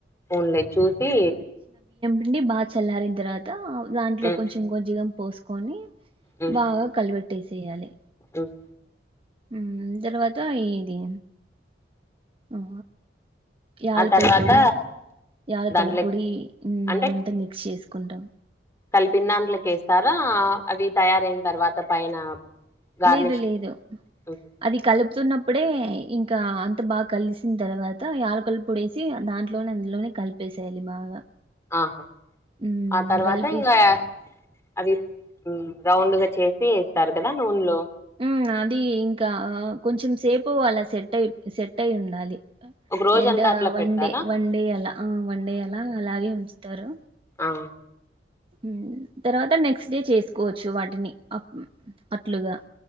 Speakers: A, on the left (about 15°); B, on the right (about 30°).
A: ఉన్లే చూసి
B: అండి బాగా చల్లారిన తర్వాత దాంట్లో
A: ఉమ్,
B: కొంచెం కొంచెగా పోస్ కొని
A: ఉమ్,
B: బాగా కలిపెట్ ఏసెయ్యాలి
A: ఉమ్.
B: ఉ తర్వాత ఈ ది ఆ యాలకుల
A: ఆ తర్వాత
B: పొడి యాలకుల
A: దాంట్లో
B: పొడి
A: అంటే
B: అదంతా మిక్స్ చేసుకు ఉంటా
A: కలిపిన దాంట్లకేస్తారా అవి తయారన తర్వాత పైన గార్నిష్
B: లేదు లేదు
A: ఉహు,
B: అది కలుపుతున్నప్పుడే ఇంకా అంత బాగా కలిసిన తర్వాత యాలకల్లు పొడేసి దాంట్లోనే అందులోనే కలిపేసేయాలి బాగా
A: ఆహా
B: ఉమ్,
A: ఆ తర్వాత
B: కలిపేసి
A: ఇంకా అవి ఉ రౌండ్గా చేసి ఏస్తారు కదా నూనలో
B: ఉ అది ఇంకా కొంచెం సేపు అలా సెట్ అయి సెట్ అయి ఉండాలి
A: ఒక రోజంతా
B: లేంటే
A: అట్లా
B: వన్
A: పెడతారా
B: డే వన్ డే అలా ఆ వన్ డే అలా అలాగే ఉంచు తరు
A: అ
B: ఉ తర్వాత నెక్స్ట్ డే చేసుకోవచ్చు వాటిని అట్లుగా